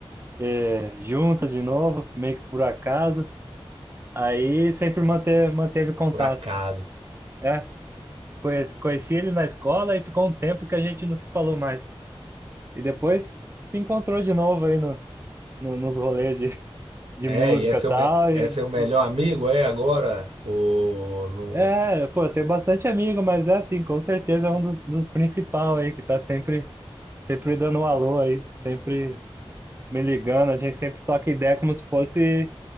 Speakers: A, on the right; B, on the right.
A: eh, junto de novo, meio que por acaso. Aí sempre mante- manteve contato.
B: Por acaso.
A: É, conhe- conheci ele na escola e ficou um tempo que a gente não se falou mais. E depois se encontrou de novo aí no, no- nos rolês de, de
B: É,
A: música
B: e é seu,
A: e tal,
B: me...
A: e,
B: é seu melhor
A: e
B: amigo, é agora? Ou não...
A: É, pô, eu tenho bastante amigo, mas é assim, com certeza é um dos, dos principal aí, que tá sempre, sempre dando um alô aí, sempre me ligando, a gente sempre toca ideia como se fosse,